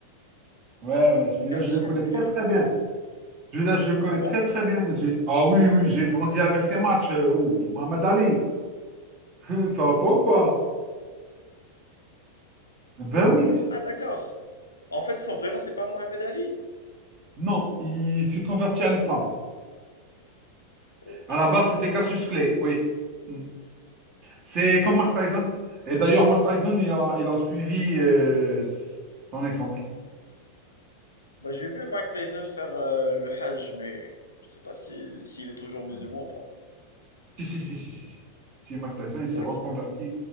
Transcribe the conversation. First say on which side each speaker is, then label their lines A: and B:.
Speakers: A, on the right (about 35°); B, on the left (about 75°).
A: Ouais, ouais, celui-là,
B: Cassius
A: je le connais
B: Clay.
A: très, très bien. Celui-là, je le connais
B: Ah bon?
A: très, très bien. J'ai- Ah oui, oui, j'ai grandi avec ces matchs. euh, Oh, Mohamed Ali, <laughs> ça va pas ou quoi? Ben oui.
B: Ah d'accord. En fait, son vrai nom, c'est pas Mohamed Ali.
A: Non, il s'est converti à l'islam.
B: Ok.
A: À la base, c'était Cassius Clay, oui. Mm. C'est
B: Ok.
A: comme Mike Tyson. Et d'ailleurs, Mike Tyson, il a, il a suivi euh, son exemple, quoi.
B: Bah, j'ai vu Mike Tyson faire euh, le Hajj, mais je sais pas si s'il est toujours musulman
A: Ouais.
B: ou pas.
A: Si, si, si, si, si. si. Si, Mike Tyson, il s'est
B: Ok.
A: reconverti